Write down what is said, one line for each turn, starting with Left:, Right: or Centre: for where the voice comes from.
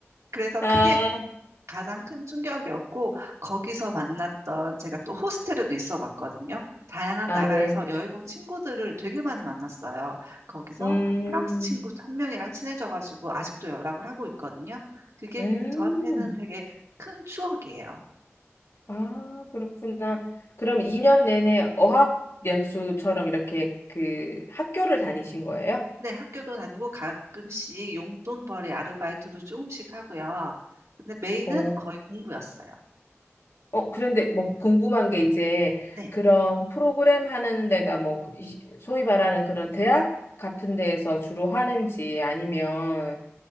Right: 그래서
Left: 아,
Right: 그게 가장 큰 충격이었고, 거기서 만났던, 제가 또 호스텔에도 있어 봤거든요. 다양한
Left: 아,
Right: 나라에서
Left: 네.
Right: 여행 온 친구들을 되게 많이 만났어요. 거기서
Left: 음.
Right: 프랑스 친구 한 명이랑 친해져가지고 아직도 연락을 하고 있거든요. 그게
Left: 음,
Right: 저한테는 되게 큰 추억이에요.
Left: 아, 그렇구나. 그럼 2년 내내 어학연수처럼 이렇게 그 학교를 다니신 거예요?
Right: 네, 학교도 다니고 가끔씩 용돈벌이 아르바이트도 조금씩 하고요. 근데 메인은
Left: 어,
Right: 거의 공부였어요.
Left: 어, 그런데 뭐 궁금한 게 이제
Right: 네.
Left: 그런 프로그램 하는 데가 뭐 이- 소위 말하는 그런 대학 같은 데에서 주로 하는지 아니면